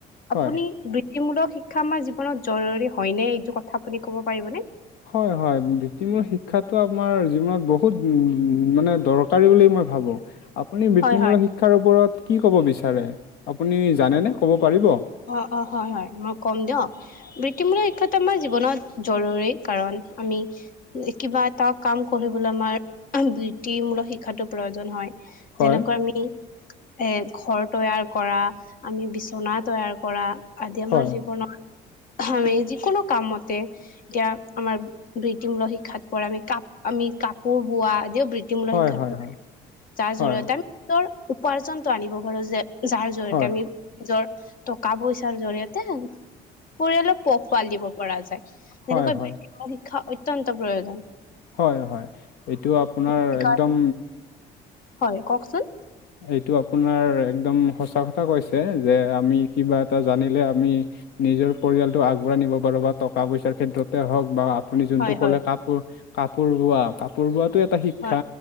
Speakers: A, on the left; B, on the left.
A: আপুনি
B: হয়
A: বৃত্তিমূলক শিক্ষা আমাৰ জীৱনত জৰুৰী হয় নে এইটো কথা আপুনি কব পাৰিবনে?
B: হয় হয় বৃত্তিমূল শিক্ষাটো আমাৰ জীৱনত বহুত উ-মানে দৰকাৰী বুলি ম মই ভাবো। আপুনি বৃত্তিমূলক
A: হয় হয়
B: শিক্ষাৰ ওপৰত কি ক'ব বিচাৰে আপুনি জানেনে ক'ব পাৰিব?
A: অ', অ', হয় হয় মই ক'ম দিয় বৃত্তিমূলক শিক্ষাটো আমাৰ জীৱনত জৰুৰী। কাৰণ আমি কিবা এটা কাম কৰিবলৈ আমাৰ বৃত্তিমূলক শিক্ষাতো প্ৰয়োজন হয়।
B: হয়
A: যেনেকৈ আমি এ ঘৰ তৈয়াৰ কৰা আমি বিচনা তৈয়াৰ পৰা আদি আমাৰ
B: হয়
A: জীৱনত আমি যিকোনো কামতে এতিয়া আমাৰ বৃত্তিমূল শিক্ষাত পৰা আমি কাপ আমি কাপোৰ বোৱা। ইও বৃত্তিমূলক
B: হয়
A: শিক্ষাত
B: হয়
A: পৰে।
B: হয়
A: যাৰ জৰিয়তে
B: হয়
A: আমি নিজৰ উপাৰ্জনটো আনিব পাৰো যে যাৰ জৰিয়তে
B: হয়
A: আমি নিজৰ টকা পইচাৰ জৰিয়তে পৰিয়ালক পোহ পাল দিব পৰা যায়। যেনেকৈ
B: হয় হয়
A: শিক্ষা অত্যন্ত প্ৰয়োজন।
B: হয়, হয় এইটো আপোনাৰ
A: সেইকাৰণে
B: একদম
A: হয়, কওকচোন।
B: এইটো আপোনাৰ একদম সঁচা কথা কৈছে যে আমি কিবা এটা জানিলে আমি নিজৰ পৰিয়ালটোক আগবঢ়াই নিব পাৰো বা টকা পইচাৰ ক্ষেত্ৰতে হওঁক বা আপুনি যোনটো
A: হয় হয়
B: ক'লে কাপোৰ কাপোৰ বোৱা কাপোৰ বোৱাতো শিক্ষা
A: হয়